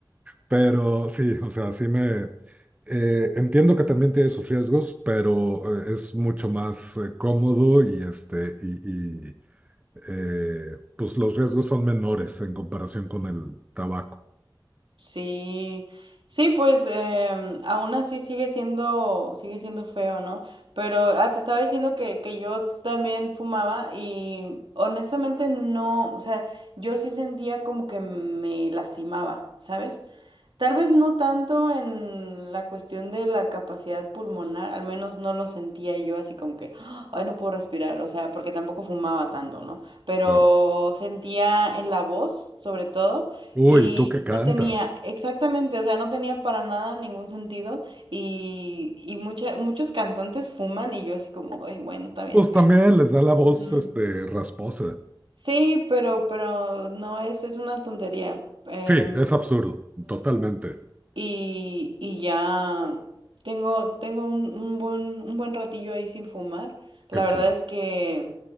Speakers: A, on the right; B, on the right.
A: pero sí, o sea, sí me... eh, entiendo que también tiene sus riesgos, pero eh, es mucho más eh, cómodo y, este, y eh, pues los riesgos son menores en comparación con el tabaco,
B: Sí, sí, pues em, aún así sigue siendo, sigue siendo feo, ¿no? Pero ah, te estaba diciendo que, que yo también fumaba y honestamente no, o sea, yo sí sentía como que me lastimaba, ¿sabes? Tal vez no tanto en la cuestión de la capacidad pulmonar, al menos no lo sentía yo así como que, "Ah, ay, no puedo respirar, o sea, porque tampoco fumaba tanto, ¿no? Pero
A: claro.
B: sentía en la voz, sobre todo,
A: Uy,
B: y
A: ¿tú qué cantas?
B: no tenía, exactamente, o sea, no tenía para nada ningún sentido y, y mucha- muchos cantantes fuman y yo así como, ay, bueno, está bien.
A: Pues
B: ah,
A: también les da la voz,
B: ujú".
A: este, rasposa.
B: Sí, pero, pero no es, es una tontería. em,
A: Sí, es absurdo, totalmente.
B: y, y ya tengo, tengo un, un buen, un buen ratillo ahí sin fumar. La
A: Qué
B: verdad
A: chido.
B: es que